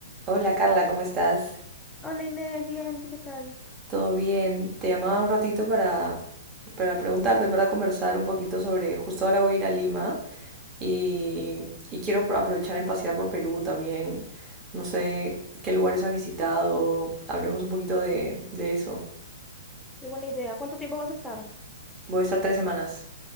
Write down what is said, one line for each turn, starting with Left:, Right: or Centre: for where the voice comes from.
Right: Hola Carla, ¿cómo estás?
Centre: Hola Inés, bien, ¿tú qué tal?
Right: ¿Todo bien? Te llamaba un ratito para, para preguntarte, en verdad, conversar un poquito sobre, justo ahora voy a ir a Lima y, y quiero pro- aprovechar en pasear por Perú también. No sé qué lugares has visitado, hablemos un poquito de, de eso.
Centre: Qué buena idea. ¿Cuánto tiempo vas a estar?
Right: Voy a estar tres semanas.